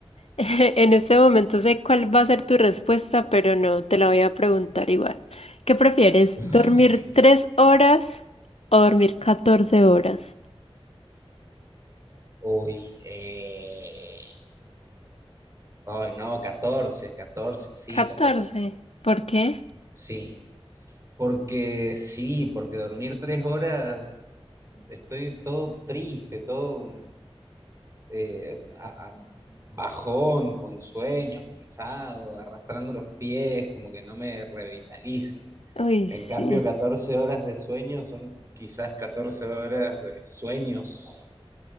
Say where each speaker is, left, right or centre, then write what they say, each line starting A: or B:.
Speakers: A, on the left (about 80°); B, on the right (about 30°).
A: <laughs> En este momento sé cuál va a ser tu respuesta, pero no, te la voy a preguntar igual. ¿Qué prefieres?
B: <laughs>
A: ¿Dormir
B: Ok.
A: tres horas o dormir catorce horas?
B: Uy, eh... Ay, no, 14, 14, sí,
A: 14.
B: 14,
A: ¿Por qué?
B: Sí, porque sí, porque dormir tres horas, estoy todo triste, todo eh, a- a- bajón, con sueño, cansado, arrastrando los pies, como que no me revitaliza.
A: Uy,
B: En
A: sí,
B: cambio, 14 horas de sueño son quizás 14 horas de sueños.